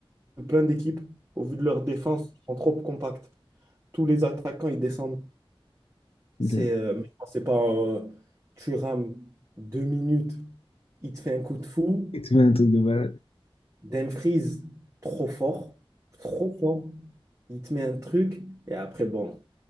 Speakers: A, on the right (about 30°); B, on the left (about 80°).
A: de plein d'équipes. Au vu de leur défense, ils sont trop compacts. Tous les attaquants, ils descendent. C'est,
B: Ok.
A: euh, mais non, c'est pas euh, Thuram, deux minutes, il te fait un coup de fou.
B: Et tu fais un truc de malade.
A: Dumfries, trop fort, trop fort. Il te met un truc et après, bon,